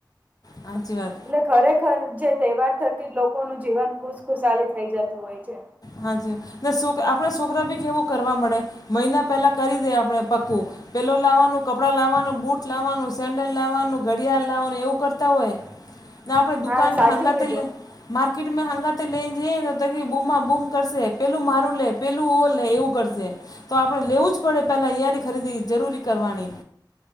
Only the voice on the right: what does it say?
એટલે ખરેખર જે તહેવાર થતી જ લોકોનું જીવન ખુશ-ખુશાલીત થઇ જતું હોય છે.
હા
સાચું
કીધું